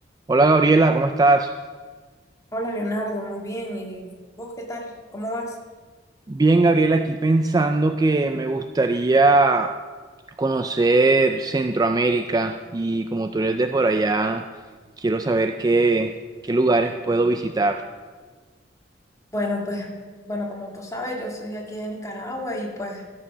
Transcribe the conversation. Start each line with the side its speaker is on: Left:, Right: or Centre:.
Right: Hola Gabriela, ¿cómo estás?
Left: Hola Leonardo, muy bien. ¿Y vos qué tal? ¿Cómo vas?
Right: Bien, Gabriela, aquí pensando que me gustaría conocer Centroamérica y como tú eres de por allá, quiero saber qué, qué lugares puedo visitar.
Left: Bueno, pues, bueno, como tú sabes, yo soy de aquí de Nicaragua y pues